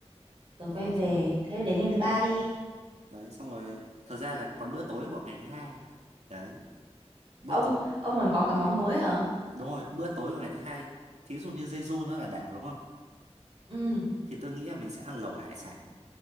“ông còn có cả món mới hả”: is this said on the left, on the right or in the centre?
Right